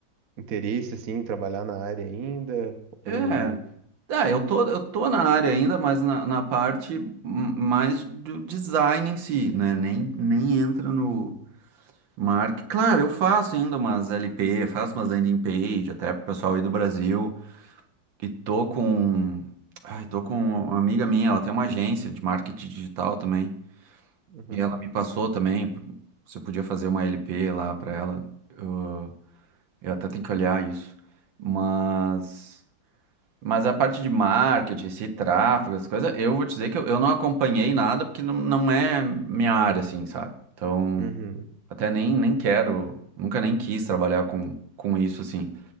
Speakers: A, on the right (about 55°); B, on the right (about 80°).
A: interesse assim em trabalhar na área ainda? Ou
B: É, tá, eu tô, eu tô na área ainda, mas na, na parte m- mais do design em si, né? Nem, nem entra no marketing. Claro, eu faço ainda umas LP, faço umas landing page, até pro pessoal aí do Brasil. E tô com. Ai, tô com uma amiga minha, ela tem uma agência de marketing digital também.
A: Uhum.
B: E ela me passou também se eu podia fazer uma LP lá pra ela. Eu, eu até tenho que olhar isso. Mas. Mas a parte de marketing, esse tráfego, essas coisas, eu vou te dizer que eu, eu não acompanhei nada, porque não, não é minha área, assim, sabe? Então,
A: Uhum.
B: até nem, nem quero, nunca nem quis trabalhar com, com isso, assim.